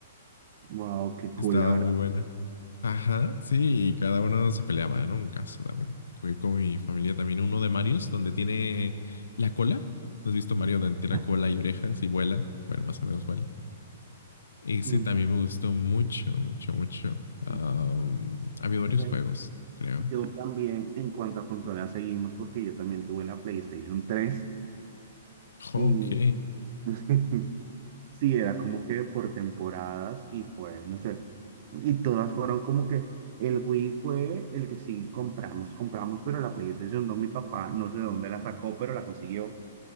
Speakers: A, on the right (about 45°); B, on the left (about 70°).
A: Wow, qué
B: Estaba
A: cool, la verdad.
B: muy buena. Ajá, sí, y cada uno se peleaba, ¿no? Un caso también. Jugué con mi familia también uno de Marios, donde tiene la cola. ¿No has visto Mario donde tiene
A: <laughs>
B: la cola y orejas y vuela? Bueno, más o menos vuela. Ese
A: Mm,
B: también me gustó mucho, mucho, mucho. Am,
A: mm.
B: ha habido varios
A: O sea,
B: juegos, creo.
A: Yo también, en cuanto a consolas, seguimos porque yo también tuve la PlayStation tres
B: Ok.
A: y <laughs> sí, era como que por temporadas y fue, no sé, y todas fueron como que el Wii fue el que sí compramos, compramos, pero la PlayStation no, mi papá no sé de dónde la sacó, pero la consiguió.